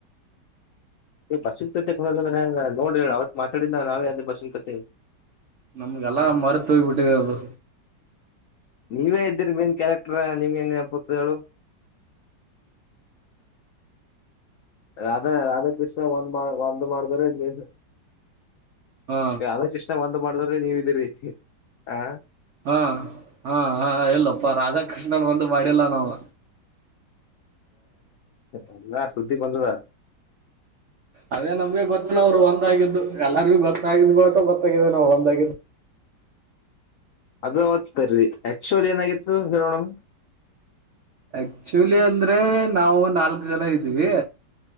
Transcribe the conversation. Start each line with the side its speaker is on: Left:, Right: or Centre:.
Left: ಬಸ್ಸಿಕ್ತತೆ ಕುರೆ ನೋಡ್ರಿ ಅವತ್ ಮಾತಾಡಿಲ್ಲ ನಾವೇ ಅದೇ ಬಸ್ಸಿನ ಕತೆ.
Right: ನಮ್ಗೆಲ್ಲಾ ಮರೆತ ಹೋಗ ಬಿಟ್ಟಿದೆ ಅದು.
Left: ನೀವೇ ಇದ್ದಿರ ಮೇನ್ ಕ್ಯಾರೆಕ್ಟರ್ ನಿಮ್ಗೆಂಗ ನಪ್ಪತದು ರಾಧಾ ರಾಧಾಕೃಷ್ಣ ಒಂದ್ ಮಾಡ ಒಂದ್ ಮಾಡಿದ್ರ ನೀ
Right: ಹಾ
Left: ಅದ ಚಷ್ಣ ಬಂದ ಮಾಡ್ರೆ ನೀವ್ದೀರಿ ಆ
Right: ಹಾ ಹಾ ಹ ಇಲ್ಲಪ್ಪ ರಾಧಾಕೃಷ್ಣನ್ ಒಂದು. ವಡಿಯಲ್ಲ ನಾವ
Left: ಹ ಎಲ್ಲಾ ಸುದ್ದಿ ಬಂದದಾ?
Right: ಅದೇ ನಮ್ಗೆ ಗೊತ್ತಿಲ್ಲ ಅವ್ರು ಒಂದಾಗಿದ್ದು ಎಲ್ಲಾರ ಭೀ ಗೊತ್ತಾಗಿದ್ ಬಳಕ ಗೊತ್ತಾಗಾಗಿದೆ ನಾವ್ ಒಂದಾಗಿದ್ದು.
Left: ಅದ ಅವತ್ರರಿ ಆಕ್ಚುಲ್ ಏನಾಗಿತ್ತು ಹೇಳೋಣಮ
Right: ಆಕ್ಚುಲಿ ಅಂದ್ರೆ ನಾವು ನಾಲ್ಕು ಜನ ಇದ್ವಿ